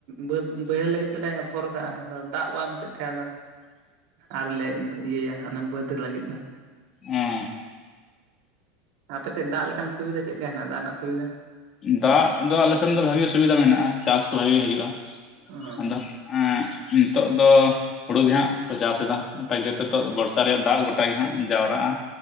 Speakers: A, on the right; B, on the left.
A: ᱵᱟᱹᱫᱽ ᱵᱟᱹᱭᱦᱟᱹᱲ ᱞᱟᱹᱜᱤᱫ ᱛᱮᱞᱮ ᱟᱯᱷᱚᱨ ᱠᱟᱜᱼᱟ ᱟᱫᱚ ᱫᱟᱜ ᱵᱟᱝ ᱦᱚᱛᱮᱸ ᱛᱮ ᱟᱫᱚ
B: <inaudible>
A: ᱟᱨᱞᱮ ᱤᱭᱟᱹᱭᱟ ᱦᱟᱸᱜ ᱚᱱᱟ ᱵᱟᱹᱫᱽ ᱞᱟᱹᱜᱤᱫ ᱫᱚ᱾
B: ᱮᱸ᱾
A: ᱟᱯᱮᱥᱮᱫ ᱫᱟᱜ ᱞᱮᱠᱟᱱ ᱥᱩᱵᱤᱫᱟ ᱪᱮᱫ ᱞᱮᱠᱟ ᱦᱮᱱᱟᱜ ᱫᱟᱜ ᱨᱮᱱᱟᱜ ᱥᱩᱵᱤᱫᱷᱟ?
B: ᱫᱟᱜ ᱫᱚ ᱟᱞᱮ ᱥᱮᱱ ᱫᱚ ᱵᱷᱟᱜᱮ ᱥᱩᱵᱤᱫᱟ ᱢᱮᱱᱟᱜᱼᱟ, ᱪᱟᱥ ᱠᱚ ᱵᱷᱟᱜᱮ ᱦᱩᱭᱩᱜᱼᱟ᱾
A: ᱚ
B: ᱟᱫᱚ ᱮᱸᱜ ᱱᱤᱛᱚᱜ ᱫᱚ ᱦᱳᱲᱳ ᱜᱮ ᱦᱟᱸᱜ ᱠᱚ ᱪᱟᱥ ᱮᱫᱟ ᱚᱱᱠᱟ ᱤᱭᱟᱹ ᱛᱮ ᱫᱚ ᱵᱚᱨᱥᱟ ᱨᱮᱭᱟᱜ ᱫᱟᱜ ᱜᱚᱴᱟ ᱜᱮ ᱦᱟᱸᱜ ᱡᱟᱣᱨᱟᱜᱼᱟ,